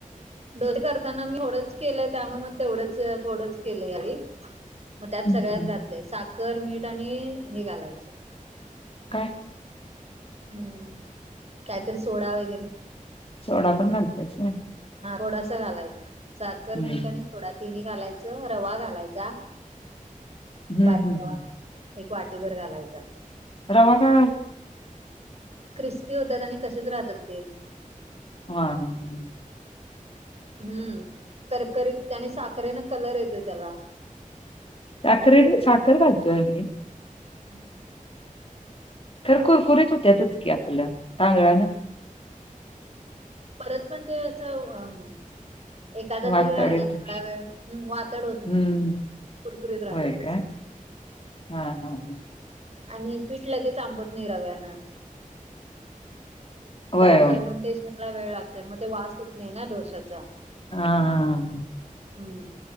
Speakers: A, on the right; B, on the left.
A: डोसे करताना मीथोडंच केलंय त्यामुळे मग तेवढंच थोडंच केलंय अररी मग त्यात
B: हम्म
A: सगळ्यात घातलंय साखर मीठ आणि हे घालायचं
B: काय
A: हम्म कायतरी सोडा वगैरे
B: सोडा पण घालतयस ना
A: हा थोडासा घालायचा साखर
B: हम्म
A: मीठ आणि थोडा तिन घालायचं रवा घालायचा
B: हम्म
A: बारीक
B: हम्म.
A: रवा एक वाटीवरर घालायचा
B: रवा का
A: क्रिस्पी होतात आणि तसेच राहतात ते
B: हा ह ह
A: हम्म करकरीीत आणि साखरेन कलर येतोय त्याला
B: साखरे साखरे लातू आणि
A: हम्म
B: खक करत होत्यातच की आपलं तांगळा ना
A: परत पण ते असं एखादा
B: वातड
A: जरी राहिला
B: येतंय
A: थोडा वेळ वातड होत नाही
B: हम्म
A: कुरकुरीत राहतात
B: होय
A: तस
B: का हा हा हा
A: आणि पीठ लगेच आंबत नाही रव्यानं
B: होय
A: त्याला
B: होय
A: फर्मेंटेशनला वेळ लागत मग ते वास येत नाही ना डोश्याचा
B: हा हा हा.
A: हम्म